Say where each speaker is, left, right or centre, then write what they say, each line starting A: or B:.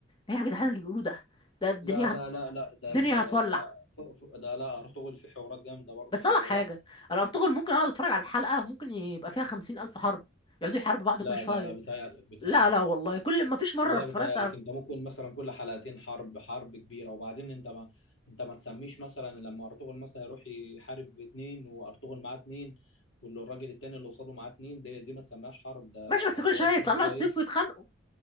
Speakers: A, on the left; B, on the left.
A: ايه يا جدعان اللي بيقولوه ده ده الدنيا
B: لا لا
A: هت...
B: لا لا ده
A: الدنيا
B: ال...
A: هتولع
B: ده فوق فوق ده لا ارطغرل في حوارات جامده برضه
A: بس
B: مع
A: اقول لك
B: الرد
A: حاجه انا ارطغرل ممكن اقعد اتفرج على الحلقه ممكن يبقى فيها خمسين الف حرب يقعدوا يحاربوا بعض
B: لا
A: كل شويه
B: لا لا بيتهيألك بيتهيألك
A: لا لا والله كل ما فيش مره
B: والله
A: اتفرجت
B: بيتهيألك
A: على
B: انت ممكن مثلا كل حلقتين حرب حرب كبيره وبعدين انت ما انت ما تسميش مثلا لما ارطغرل مثلا يروح يحارب اتنين وارطغرل معاه اتنين واللي الراجل التاني اللي قصاده معاه اتنين دي دي ما تسميهاش حرب ده
A: ماشي بس
B: ده
A: كل
B: حوار
A: شويه يطلع
B: كده اللي
A: لها
B: هو
A: السيف
B: ايه
A: ويتخانقوا